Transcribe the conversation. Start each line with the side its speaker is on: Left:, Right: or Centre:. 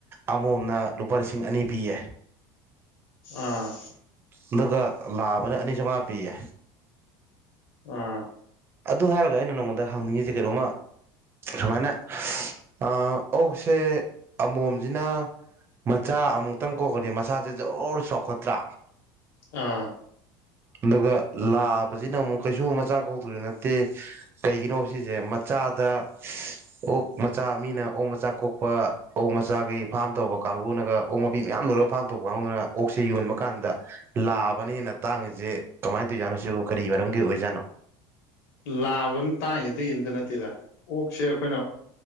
Right: ꯑꯃꯣꯝꯅ ꯂꯨꯄꯥ ꯂꯤꯁꯤꯡ ꯑꯅꯤ ꯄꯤꯌꯦ
Left: ꯑꯥ
Right: ꯑꯗꯨꯒ ꯂꯥꯕꯅ ꯑꯅꯤ ꯆꯧꯉꯥ ꯄꯤꯌꯦ
Left: ꯑꯥ
Right: ꯑꯗꯨ ꯍꯥꯏꯔꯒ ꯑꯩꯅ ꯅꯪꯉꯣꯟꯗ ꯍꯪꯅꯤꯡꯉꯤꯖꯦ ꯀꯩꯅꯣꯝꯃ ꯁꯨꯃꯥꯏꯅ ꯑ ꯑꯣꯛꯁꯦ ꯑꯃꯣꯝꯖꯤꯅ ꯃꯆꯥ ꯑꯃꯨꯛꯇꯪ ꯀꯣꯛꯈ꯭ꯔꯗꯤ ꯃꯆꯁꯥꯖꯦ ꯖꯣꯔ ꯔꯣ ꯆꯥꯎꯈꯠꯇ꯭ꯔ
Left: ꯑꯥ
Right: ꯑꯗꯨꯒ ꯂꯥꯕꯖꯤꯅ ꯑꯃꯨꯛ ꯀꯩꯁꯨ ꯃꯆꯥ ꯀꯣꯛꯇꯧꯖꯨ ꯅꯠꯇꯦ ꯀꯩꯒꯤꯅꯣꯕ ꯁꯤꯖꯦ ꯃꯆꯥꯗ ꯑꯣꯛ ꯃꯆꯥ ꯃꯤꯅ ꯑꯣꯛ ꯃꯆꯥ ꯀꯣꯛꯄ ꯑꯣꯛ ꯃꯆꯥꯒꯤ ꯐꯥꯔꯝ ꯇꯧꯕ ꯀꯥꯡꯕꯨꯅꯒ ꯑꯣꯛ ꯃꯄꯤ ꯃꯌꯥꯝ ꯂꯣꯏꯔꯒ ꯐꯥꯝ ꯇꯧꯕ ꯀꯥꯡꯕꯨꯗꯨꯅ ꯑꯣꯛꯁꯦ ꯌꯣꯟꯕ ꯀꯥꯟꯗ ꯂꯥꯕꯅ ꯍꯦꯟꯅ ꯇꯥꯡꯉꯤꯖꯦ ꯀꯃꯥꯏ ꯇꯧꯔꯤꯖꯥꯠꯅꯣ ꯁꯤꯕꯨ ꯀꯔꯤ ꯃꯔꯝꯒꯤ ꯑꯣꯏꯖꯥꯠꯅꯣ
Left: ꯂꯥꯕꯅ ꯇꯥꯡꯉꯤꯖꯤ ꯑꯇꯩꯒꯤ ꯑꯝꯇ ꯅꯠꯇꯦꯗ ꯑꯣꯛꯁꯦ ꯑꯩꯈꯣꯏꯅ